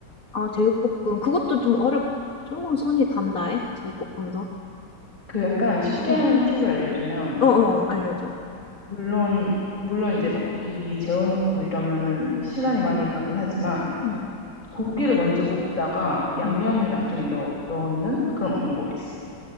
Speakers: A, on the left; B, on the left.
A: 아, 제육볶음. 그것도 좀 어렵, 조금 손이 간다, 해. 제육볶음도.
B: 그 약간 쉽게
A: 응.
B: 하는 팁을 알려주면
A: 어어, 알려줘.
B: 물론, 물론 이제 막 고기 미리 재워놓고 이러면은 시간이 많이 가긴 하지만
A: 응,
B: 고기를 먼저 볶다가 양념을
A: 응.
B: 나중에 넣, 넣는 그런 방법이 있어.